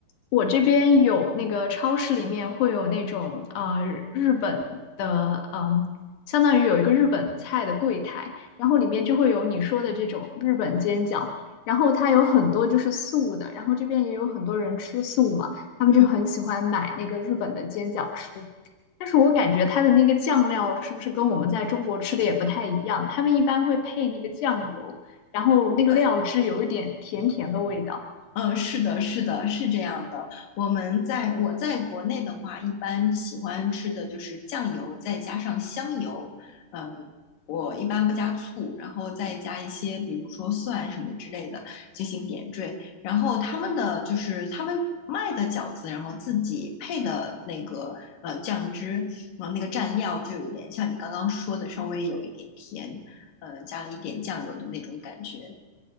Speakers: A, on the left; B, on the left.
A: 我这边有那个超市里面会有那种呃日本的，嗯，相当于有一个日本菜的柜台，然后里面就会有你说的这种日本煎饺，然后它有很多就是素的，然后这边也有很多人吃素嘛，他们就很喜欢买那个日本的煎饺吃。
B: 嗯，
A: 但是我感觉它的那个酱料是不是跟我们在中国吃的也不太一样？他们一般会配那个酱油。然后那个料汁有一点甜甜的味道。
B: 对。嗯，是的，是的，是这样的。我们在我在国内的话，一般喜欢吃的就是酱油，再加上香油。嗯，我一般不加醋，然后再加一些，比如说蒜什么之类的进行点缀。然后他们的就是他们卖的饺子，然后自己配的那个呃酱汁，然后那个蘸料就有点像你刚刚说的，稍微有一点甜，呃，加了一点酱油的那种感觉。